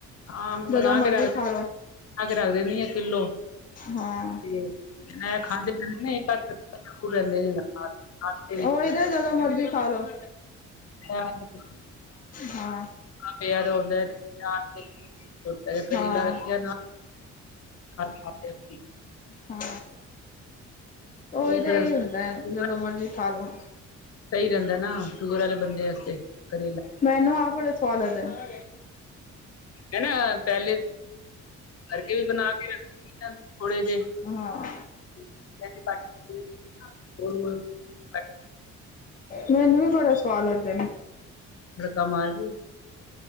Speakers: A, on the left (about 50°); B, on the left (about 25°).
A: ਹਾਂ, ਮੈਂ ਬਣਾ
B: ਜਦੋਂ ਮਰਜ਼ੀ
A: ਕੇ ਰੱਖ ਬਣਾ
B: ਖਾ ਲੋ
A: ਕੇ ਰੱਖ ਦਿੰਨੀ ਆ ਕਿੱਲੋ,
B: ਹਾਂ
A: ਤੇ ਮੈਂ ਖਾਂਦੇ ਪੀਂਦੇ ਨੇ <inaudible> ਰਹਿੰਦੇ ਨੇ ਨਾਲ। ਨਾਸ਼ਤੇ ਵਿੱਚ
B: ਓਹੀ ਤੇ ਜਦੋਂ ਮਰਜ਼ੀ ਖਾ ਲੋੋ।
A: <unintelligible>
B: ਹਾਂ,
A: ਪਿਆ ਤਾਂ ਹੁੰਦਾ ਤੇ ਤਿੰਨ ਚਾਰ <inaudible> ਛੋਟਾ ਜਿਹਾ ਕਰੇਲਾ
B: ਹਾਂ,
A: ਰੱਖਿਆ ਨਾਲ। <unintelligible>
B: ਹਾਂ, ਉਹੀ
A: ਉਹ
B: ਤੇ
A: ਫਿਰ
B: ਐ ਹੀ ਹੁੰਦਾ, ਜਦੋਂ ਮਰਜ਼ੀ ਖਾਲੋ।
A: ਸਹੀ ਰਹਿੰਦਾ ਨਾ, ਸ਼ੂਗਰ ਵਾਲੇ ਬੰਦੇ ਵਾਸਤੇ ਕਰੇਲਾ।
B: ਮੈਨੂੰ ਆਪ ਬੜੇ ਸਵਾਦ ਲਗਦੇ ਨੇ।
A: ਏ ਨਾ ਪਹਿਲੇ ਭਰਕੇ ਵੀ ਬਣਾ ਕੇ ਰੱਖ ਸਕਦੇ ਆ ਥੋੜੇ ਜਿਹੇ।
B: ਹਾਂ।
A: <unintelligible>
B: ਮੈਨੂੰ ਵੀ ਬੜੇ ਸਵਾਦ ਲਗਦੇ ਨੇ।
A: ਤੜਕਾ ਮਾਰ ਕੇ।